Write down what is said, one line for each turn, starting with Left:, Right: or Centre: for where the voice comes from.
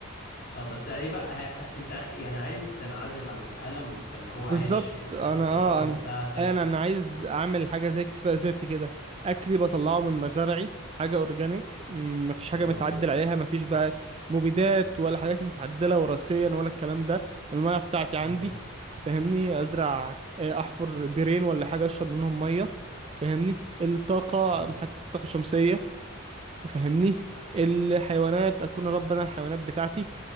Left: اه بس هيبقى هي... ه- انت يعني عايز تنعزل عن العالم وتبقى اللي هو عايش
Right: بالظبط
Left: في ال...
Right: انا
Left: في
Right: اه
Left: الارض
Right: انا
Left: بتاعتك
Right: انا انا عايز
Left: اه
Right: اعمل حاجه زي اكتفاء ذاتي كده اكلي بطلعه من مزارعي حاجه اورجانيك م، مفيش حاجه
Left: حلو
Right: متعدل
Left: قوي ده
Right: عليها مفيش بقى مبيدات ولا حاجات متعدله وراثيا ولا الكلام ده الميه بتاعتي عندي
Left: ايوه
Right: فاهمني ازرع آه، احفر بيرين ولا حاجه اشرب منهم ميه فاهمني الطاقه
Left: اه
Right: حتى الطاقه الشمسيه فاهمني الحيوانات اكون رب انا الحيوانات بتاعتي